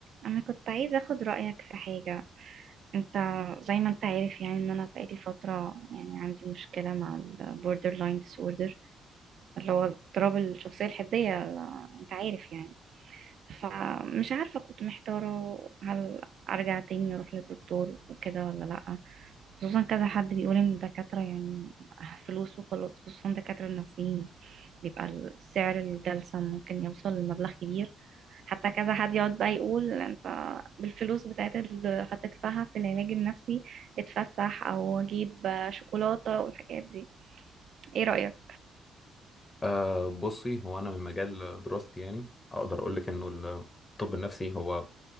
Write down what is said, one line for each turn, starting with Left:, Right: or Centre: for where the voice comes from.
Right: انا كنت عايزه اخد رايك في حاجه انت زي ما انت عارف يعني ان انا بقالي فتره يعني عندي مشكله مع البوردر لاين disorder اللي هو اضطراب الشخصيه الحديه ال- انت عارف يعني فمش عارفه كنت محتاره هل ارجع تاني اروح للدكتور وكده ولا لا خصوصا كذا حد بيقول ان الدكاتره يعني فلوس وخلاص خصوصا دكاتره النفسيين بيبقى سعر الجلسه ممكن يوصل لمبلغ كبير حتى كذا حد يقعد بقى يقول انت بالفلوس بتاعت اللي هتدفعها في العلاج النفسي اتفسح او اجيب شوكولاتة والحاجات دي ايه رأيك
Left: أه بصي هو أنا من مجال دراستي يعني أقدر أقول لك إنه الطب النفسي هو